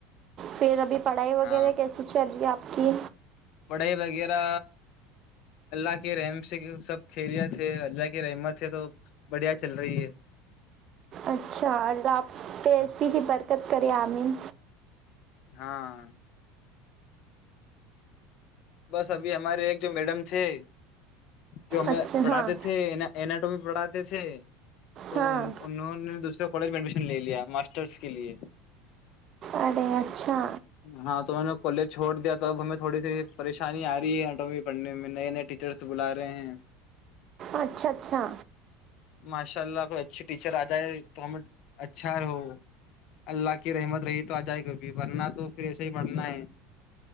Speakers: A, on the right (about 45°); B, on the left (about 60°).
A: پھر ابھی پڑھائی وغیرہ
B: ہاں
A: کیسیے چل گ آپ کی
B: پڑھائی وغیرہ اللہ کے رحم سے سب خیریت ہے اللہ رحمت ہے تو بڑھیا چل رہی ہے
A: اچھا اگر آپ پ
B: ہے
A: ایسی ہی برکت کرے عامین
B: ہاں بس ابھی ہمارے ایک جو میڈم تھے جو ہمیں
A: اچھا
B: پڑھاتے
A: ہاں
B: تھے ایٹو میں پڑھاتے تھے تو
A: ہاں
B: انہوں نے دوسرے کالج میں ایڈشن لے لیا ماسٹرس کے لیے
A: ارے اچھا
B: ہاں تو میں نے کالج چھوڑ دیا توب ہمیں تھوڑی سی پریشانی آ رہی ہے آٹھویں پڑھنے میں نئے نئے ٹیچرس بلا رہے ہیں
A: اچھا اچھا
B: ماشاء اللہ اچھی ٹیچر آ جائے تو ہم اچھا ہو اللہ کی رحمت رہی تو آ جائے کبھی ورنہ تو تو پھر ایسے ہی بڑنا ہے